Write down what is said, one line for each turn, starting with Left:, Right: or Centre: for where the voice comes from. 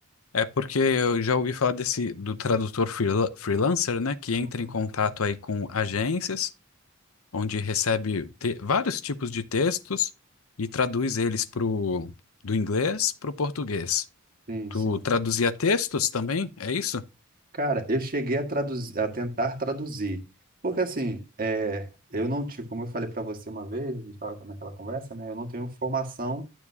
Left: é porque eu já ouvi falar desse do tradutor freela- freelancer, né, que entra
Right: Uhum.
Left: em contato aí com agências. onde recebe te- vários tipos de textos e traduz eles pro, do inglês para o português.
Right: Sim,
Left: Tu
Right: sim.
Left: traduzia textos também? É isso?
Right: Cara, eu cheguei a traduzir, a tentar traduzir, porque assim, é, eu não tive, como eu falei para você uma vez, a gente estava naquela conversa, né? Eu não tenho formação